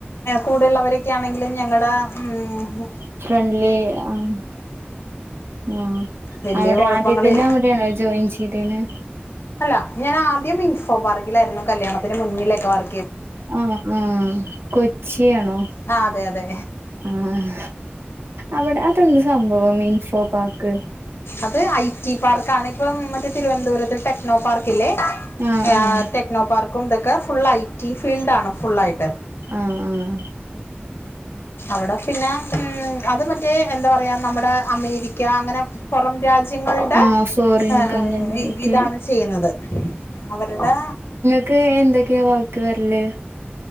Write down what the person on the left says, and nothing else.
കൂടെള്ളവരൊക്കെയ ആണെങ്കിലും ഞങ്ങടെ ഉം
വലിയ
കുഴപ്പങ്ങളിൽ
അല്ല ഞാനാദ്യം ഇൻഫോ പാർക്കിലായിരുന്നു കല്യാണത്തിന് മുന്നിലക്കെ വർ
ആ അതെ അതെ
അത് ഐ ടി പാർക്കാണ് ഇപ്പം മറ്റേ തിരുവനന്തപുരത്ത് ടെക് നോ പാർക്ക്ല്ലേ
ഏഹ്
ടെക്നോ പാർക്കും തക്കെ ഫുള്ള ഐ ടി ഫീൽഡാണ് ഫുള്ളായിട്ട്.
അവട പിന്നെ ഉം അത് മറ്റേ എന്താ പറയാ നമ്മടെ അമേരിക്ക അങ്ങനെ പൊറം രാ ങ്ങൾടെ
ഹേ
ഇതാണ് ചെയ്യ്ന്നത് അവരടെ.